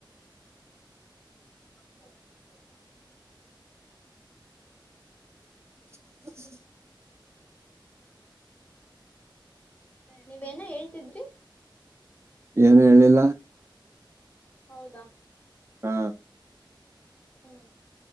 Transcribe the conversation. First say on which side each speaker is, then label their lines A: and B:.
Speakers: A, on the left (about 20°); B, on the right (about 30°).
A: ತರ ಎಲ್ಲ ಹೂ
B: <unintelligible> <inaudible>
A: ನೀವೇನ ಹೇಳ್ತಿದ್ರಿ
B: ಏನು ಹೇಳಿಲ್ಲ
A: ಹೌದಾ
B: ಹಾ
A: ಹೂ